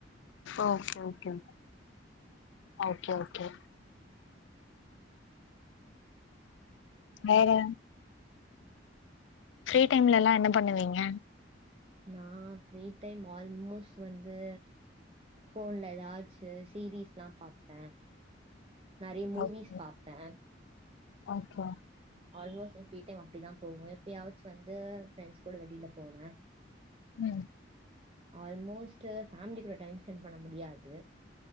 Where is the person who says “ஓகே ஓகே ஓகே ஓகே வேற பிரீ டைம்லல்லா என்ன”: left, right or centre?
Left